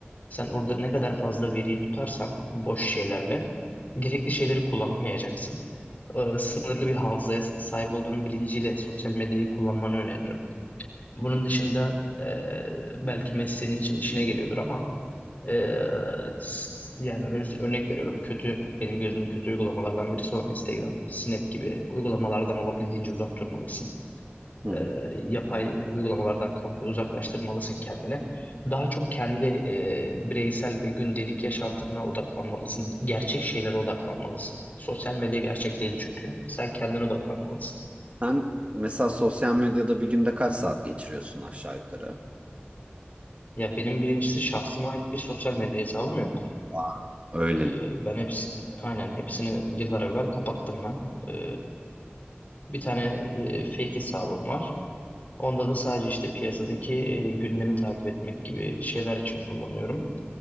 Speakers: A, on the left; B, on the right.
A: Sen orada ne kadar fazla veriyi tutarsan boş şeylerle gerekli şeyleri kullanamayacaksın. Ee, sınırlı bir hafızaya sahip olduğunun bilinciyle sosyal medyayı kullanmanı öneririm. Bunun dışında e, belki mesleğin için işine geliyordur ama e, s- yani öz- örnek veriyorum kötü benim gözümde kötü uygulamalardan birisi olan Instagram, Snap gibi uygulamalardan olabildiğince uzak durmalısın
B: Hı hı.
A: e, yapay uygulamalardan komple uzaklaştırmalısın kendini. Daha çok kendi e, bireysel ve gündelik yaşantına odaklanmalısın. Gerçek şeylere odaklanmalısın. Sosyal medya gerçek değil çünkü. Sen kendine odaklanmalısın.
B: Sen mesela sosyal medyada bir günde kaç saat geçiriyorsun aşağı yukarı?
A: Ya benim birincisi şahsıma ait bir sosyal medya hesabım yok.
B: Aa, öyleli.
A: E, ben hepsi, aynen hepsini yıllar evvel kapattım ben. E, bir tane e, fake hesabım var. Onda da sadece işte piyasadaki e, gündemi takip etmek gibi şeyler için kullanıyorum.